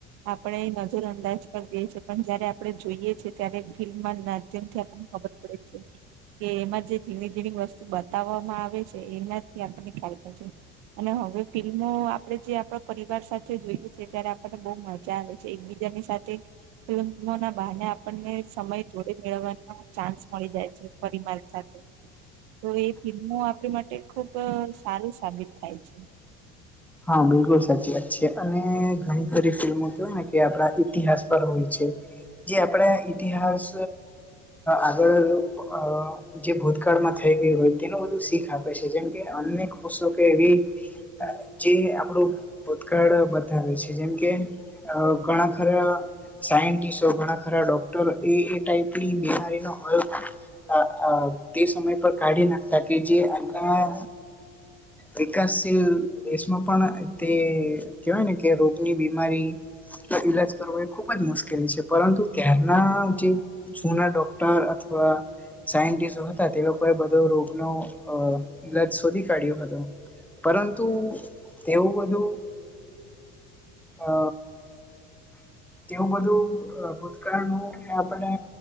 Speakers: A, on the right; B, in the centre.
A: આપણે નજર અંદાજ કરી દેએ છીએ પણ જયારે આપણે જોઈએ છેએ ત્યારે ફિલ્મ માધ્યમથી આપને ખબર કે એમાં જે ઝીણી ઝીણી વસ્તુ બતાવવામાં આવે છે એનાથી આપને ખ <unintelligible> અને હવે ફિલ્મો આપડે જે આપણા પરિવાર સાથે જોઈએ છે ત્યારે આપણને બહૂ મજા આવે એકબીજાની સાથે ફિલ્મ ના બાહાને આપણને સમય જોડે મેળવવાના ચાન્સ મળી જાય છે પરિવાર સાથે તો એ ફિલ્મો આપણી માટે ખુબ સારું સાબિત થાય છે
B: હા બિલકુલ સાચી વાત છે અને ઘણી બધી ફિલ્મો કેવાય ને કે આપણા ઈતિહાસ પર હોય છે જે આપણે ઇતિહાસ આગળ અ જે ભૂતકાળમાં થઈ ગયું હોય તેનું બધું શીખ આપે છે જેમ કે અન્યષો કે એવી
A: <inaudible>
B: જે આપણું ભૂતકાળ બતાવે છે જેમકે અ ઘણા ખરા સાયન્ટિસ્ટો ઘણા ખરા ડોક્ટરો એ એટાઈપની બીમારી ન હોય અ અ તે સમય પર કાઢી નાખતા કે જે આણા વિકાસશીલ દેશમાં પણ તે કહેવાય ને કે રોગની બીમારી ઈલાજ કરવો એ ખુબ જ મુશ્કેલી છે પરંતુ ત્યારના જે જૂના ડોક્ટર અથવા સાયિસ્ટ હતા તે લોકોએ બધો રોગનો અ ઈલાજ શોધી કાઢ્યો હતો પરંતુ તેવું બધું અ તેવું બધું ભૂતકાળ નુ આપને